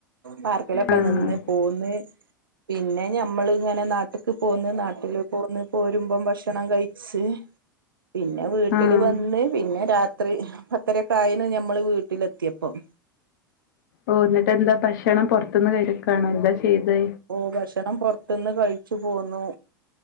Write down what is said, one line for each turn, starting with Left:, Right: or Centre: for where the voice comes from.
Right: പാർക്കിലൊക്കെ
Left: ആഹ്
Right: നിന്ന് പോന്ന് പിന്നെ ഞമ്മള് ഇങ്ങനെ നാട്ട് ട്ട്ക്ക് പോന്ന് നാട്ടില് പോന്ന് പോരുമ്പം ഭക്ഷണം കയിച്ച് പിന്നെ വീട്ടില്
Left: ആഹ്
Right: വന്ന് പിന്നെ രാത്രി പത്തരക്കായിണ് ഞമ്മള് വീട്ടിലെത്തിയപ്പം
Left: ഓ, ഇന്നിട്ട്എന്താ ഭക്ഷണം പുറത്തുന്ന് കയിക്കാണോ എന്താചെയ്ത്?
Right: ഓ ഭക്ഷണം പുറത്തുന്ന് കയിച്ചു പോന്നു.